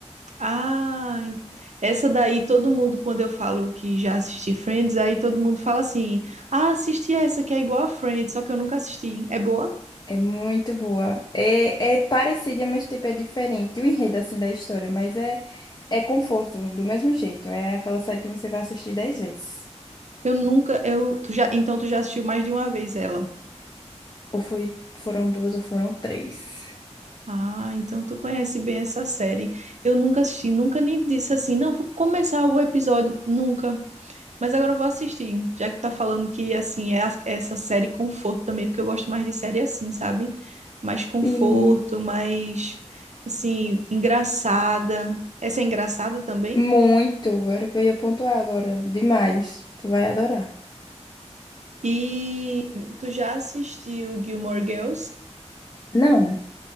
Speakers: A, on the right (about 75°); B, on the left (about 35°).
A: Ah, en- essa daí todo mundo, quando eu falo que já assisti Friends, aí todo mundo fala assim: Ah, assisti essa que é igual a Friends, só que eu nunca assisti. É boa?
B: É muito boa. É, é parecida, mas tipo é diferente. O enredo assim da história, mas é é conforto do mesmo jeito. É aquela série que você vai assistir dez vezes.
A: Eu nunca, eu, tu já, então tu já assistiu mais de uma vez ela.
B: Ou foi, foram duas ou foram três.
A: Ah, então tu conhece bem essa série. Eu nunca assisti, nunca nem disse assim, não, vou começar o episódio, nunca. Mas agora eu vou assistir, já que tu tá falando que, assim, é as- é essa série conforto também, porque eu gosto mais de série assim, sabe? Mais conforto,
B: Sim,
A: mais, assim, engraçada. Essa é engraçada também?
B: muito. Era o que eu ia pontuar agora. Demais. Tu vai adorar.
A: E tu já assistiu Gilmore Girls?
B: Não.